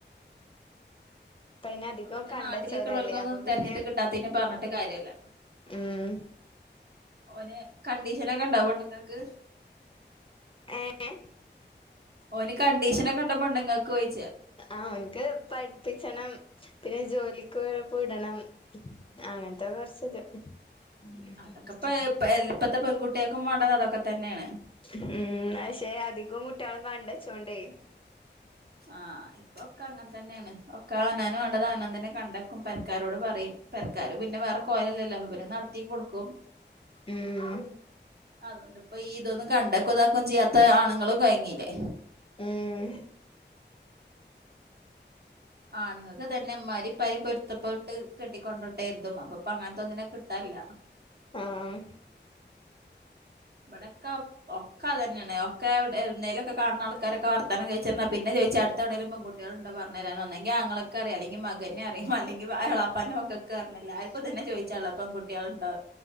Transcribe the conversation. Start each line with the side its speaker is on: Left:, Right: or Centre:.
Left: പ്പയിനതികം
Right: പിന്നെ
Left: കണ്ടെച്ചോലല്ലെ
Right: നാട്ടിൽ നിക്കണോൽക്കൊന്നും
Left: അപ്പൊ പിന്നെ
Right: തെരഞ്ഞിട്ട് കിട്ടാത്തതിന് പറഞ്ഞിട്ട് കാര്യല്ല
Left: ഉം
Right: ഓന് കണ്ടീഷനൊക്കെണ്ടോ പെണ്ണ്ങ്ങക്
Left: ഏഹ്
Right: ഓന് കണ്ടീഷനൊക്കെണ്ടൊ പെണ്ണ്ങ്ങക്കൊയിച്ച
Left: ഓന്ക്ക് പഠ്പ്പിച്ചണം പിന്നെ ജോലിക്ക് വിടണം അങ്ങൻത്തെ കൊറച്ചിത്
Right: ഉം,
Left: അങ്ങൻത്തെ
Right: അതൊക്കെ
Left: കൊറ്ച്ച്
Right: ഇപ്പ ഇപ്പ- ഇപ്പത്തെ പെൺകുട്ടികൾക്കും വേണ്ടത് അതൊക്കെ തന്നെയാണ്
Left: ഉം പഷേ അധികം കുട്ടീള് കണ്ടച്ചോണ്ടെ
Right: ആഹ് ഇപ്പൊക്കങ്ങൻ തന്നേണ് ഒക്കെ അവനാന് വേണ്ടത് അവനാൻ തന്നെ കണ്ടക്കും പെരക്കാരോട് പറയും പെരക്കാര് പിന്നെ വേറെ കോലല്ലലൊ അപ പിന്നെ നടത്തി കൊടുക്കും
Left: ഉം
Right: അതോണ്ട് ഇപ്പൊ ഈ ഇതൊന്നും കണ്ടക്കുതാക്കും ചെയ്യാത്ത ആണുങ്ങളും കൊയങ്ങീല്ലെ
Left: ഉം
Right: ആണുങ്ങക്ക് ഇതന്നെമ്മാരി ഇപ്പാരെം പൊരുത്തപ്പെട്ട് കെട്ടിക്കൊണ്ടട്ടര്ട്ടേർതും അപ്പൊ ഇപ്പങ്ങൻത്തൊന്നിനെ കിട്ടാല്ല
Left: ആഹ്
Right: ഇബടെക്കൊ ഒക്കെ അതന്നേണ് ഒക്കെ എന്തേന്നേലൊക്കെ കാണ്ണ ആൾക്കാരൊക്കെ വർത്താനംചൊയ്ച്ചെന്ന പിന്നെ ചൊയ്ച്ച അട്ത്തെവ്ടേലും പെൺകുട്ടീളുണ്ടൊ പറഞെരാന് ഒന്നെങ്കി ആങ്ങളക് ഒക്കെ അറിയ അല്ലെങ്കി മകന് അറിയ അല്ലെങ്കി എളാപ്പാന്റെ മകക്ക്റിഞ എല്ലാർക്കുതെന്നെ ചൊയ്ച്ചാള്ളത് പെൺകുട്ടീള്ണ്ടോ